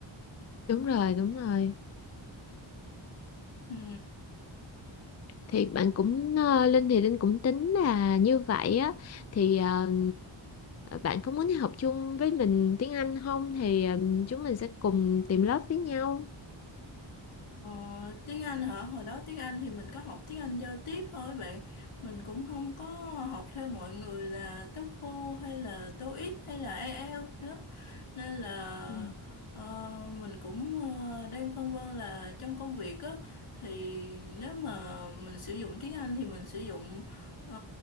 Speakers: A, on the left; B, on the left.
A: Đúng rồi, đúng rồi.
B: ừ
A: Thì bạn cũng ờ, Linh thì Linh cũng tính là như vậy á thì ờ, bạn có muốn học chung với mình tiếng Anh không thì ờ, chúng mình sẽ cùng tìm lớp với nhau.
B: Ờ, tiếng Anh hả? Hồi đó tiếng Anh thì mình có học tiếng Anh giao tiếp thôi bạn. Mình cũng không có học theo mọi người là TOEFL hay là TOEIC hay là IELTS nữa. Nên là
A: Ừ.
B: ờ, mình cũng ờ, đang phân vân là trong công việc á thì nếu mà mình sử dụng tiếng Anh thì mình sử dụng ờ,